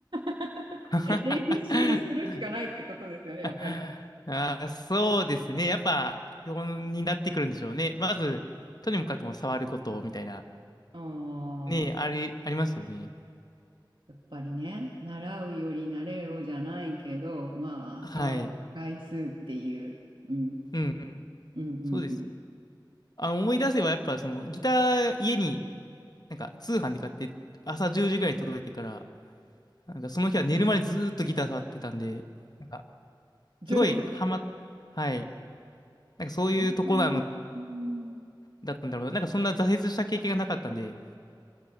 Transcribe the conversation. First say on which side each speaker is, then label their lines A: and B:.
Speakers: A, on the right; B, on the left.
A: <laughs>
B: <laughs>
A: 練習するしかないってことですよね、やっぱり。
B: あー、そうですね。やっぱ、基本になってくるんでしょうね。まず、とにもかくも触ることみたいな、
A: ああ、
B: ね、あり、ありますよね。
A: やっぱりね、習うより慣れろじゃないけど、まあ、
B: はい。
A: 差は回数っていう、うん、
B: うんうん。
A: うん、うん、
B: そうです。
A: うん。
B: あの、思い出せばやっぱそのギター家になんか通販で買って朝10時ぐらいに届いてから、なんかその日は寝るまでずーっとギター触ってたんで、なんか
A: 情熱。
B: すごいハマっ、はい。なんかそういうとこなの、
A: <laughs> うん
B: だったんだろうな。なんかそんな挫折した経験がなかったんで、